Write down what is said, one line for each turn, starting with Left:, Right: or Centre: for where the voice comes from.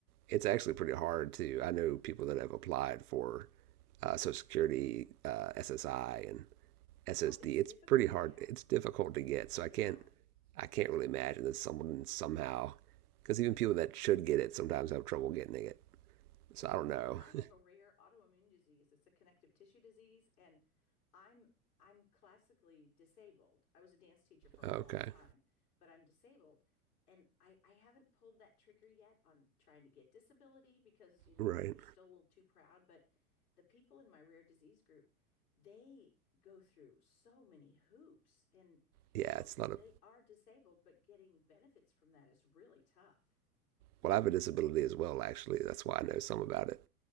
Right: it's actually pretty hard to. I know people that have applied for uh, Social Security, uh, SSI, and SSD.
Left: Oh, it's
Right: It's
Left: difficult
Right: pretty hard.
Left: to get.
Right: It's difficult to get. So I
Left: Yeah.
Right: can't. I can't really imagine that someone somehow, because even people that should get it sometimes have trouble getting it. So
Left: Well,
Right: I don't
Left: yeah,
Right: know.
Left: I have
Right: <laughs>
Left: a rare autoimmune disease. It's a connective tissue disease, and I'm I'm classically disabled. I was a dance teacher for a
Right: Okay.
Left: long time, but I'm disabled, and I I haven't pulled that trigger yet on trying to get disability because, you know,
Right: Right.
Left: they're still a little too proud, but the people in my rare disease group, they go through so many hoops and,
Right: Yeah.
Left: you know,
Right: It's not
Left: they
Right: a.
Left: are disabled, but getting benefits from that is really tough.
Right: Well, I have a disability as well. Actually, that's why I know some about it.